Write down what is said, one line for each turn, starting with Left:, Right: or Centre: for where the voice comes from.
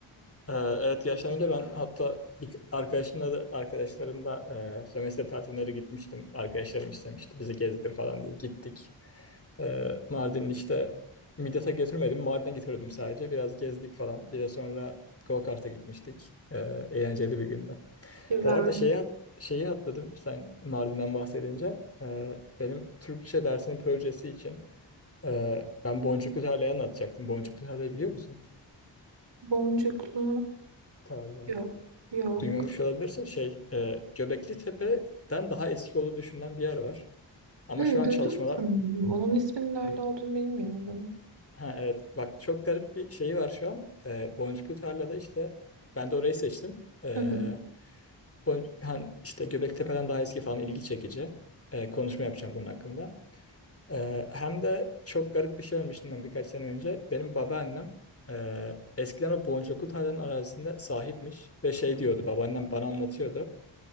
Left: Ee, evet gerçekten öyle ben hatta bir arkadaşımla da arkadaşlarımla e, sömestr tatilleri gitmiştim. Arkadaşlarım istemişti bizi gezdir falan diye gittik. Ee, Mardin'in işte Midyat'a götürmedim. Mardin'e getirdim sadece. Biraz gezdik falan. Bir de sonra go-kart'a gitmiştik. Ee, eğlenceli bir gündü.
Right: Güzel.
Left: Bu arada şeyi, şeyi atladım sen Mardin'den bahsedince. Ee, benim Türkçe dersinin projesi için e, ben Boncuklu Tarla'yı anlatacaktım. Boncuklu Tarla'yı biliyor musun?
Right: Boncuklu.
Left: Tarla.
Right: Yok. Yok.
Left: Duymamış olabilirsin. Şey, e, Göbekli Tepe'den daha eski olduğu düşünülen bir yer var. Ama
Right: Hı,
Left: şu an
Right: duydum
Left: çalışmalar
Right: sanırım. Onun isminin öyle olduğunu bilmiyordum.
Left: Ha, evet bak çok garip bir şeyi var şu an. Ee, Boncuklu Tarla'da işte ben de orayı seçtim. Ee,
Right: Hı hı.
Left: bon, hani işte Göbektepe'den daha eski falan ilgi çekici. Ee, konuşma yapacağım bunun hakkında. Ee, hem de çok garip bir şey ölmüştüm ben birkaç sene önce. Benim babaannem e, eskiden o Boncuklu Tarla'nın arazisinde sahipmiş ve şey diyordu babaannem bana anlatıyordu.